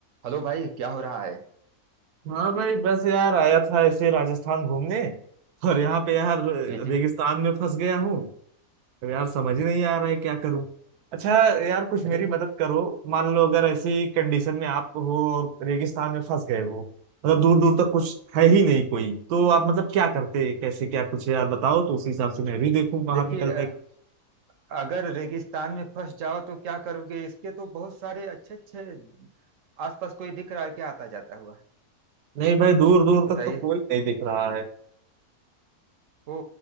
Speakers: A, on the right; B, on the right.
A: Hello भाई क्या हो रहा है
B: हाँ भाई बस यार आया था ऐसे राजस्थान घूमने और यहाँ पे यार
A: जी जी
B: रेगिस्तान में फंस गया हूँ अब यार समझ ही नहीं आ रहा है क्या करूँ अच्छा यार कुछ मेरी
A: अरे
B: मदद करो मान लो अगर ऐसी कंडीशन में आप हो और रेगिस्तान में फंस गए हो मतलब दूर दूर तक कुछ है ही नहीं कोई तो आप मतलब क्या करते कैसे क्या कुछ यार बताओ तो उसी हिसाब से मैं भी देखूँ बाहर
A: देखिए
B: निकलने
A: अ,
B: का
A: अगर रेगिस्तान में फंस जाओ तो क्या करोगे इसके तो बहुत सारे अच्छे अच्छे आसपास कोई दिख रहा है क्या आता जाता हुआ
B: नहीं भाई दूर दूर
A: बताइए
B: तक तो कोई नहीं दिख रहा है
A: ओ